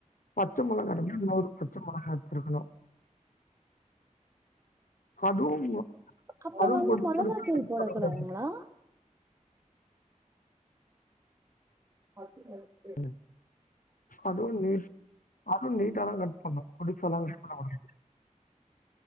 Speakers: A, on the left; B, on the right.
A: பச்சை மொளகா வந்து இன்னேரு பத் பச்ச மெளகா எத்துருக்கணோ அதுவூ
B: அப்ப
A: அதுவூ
B: வந்து
A: பொடூஸ்
B: மொளகாத்தூள்
A: பொடூஸா கட்
B: போடக்கூடாதுங்களா
A: பண்ண கூடாது
B: பச்சை மெ
A: ம் அதுவூ நீட் அதுவூ நீட்டாதா கட் பண்ணோ பொடிசால்லாம் கட் பண்ண கூடாது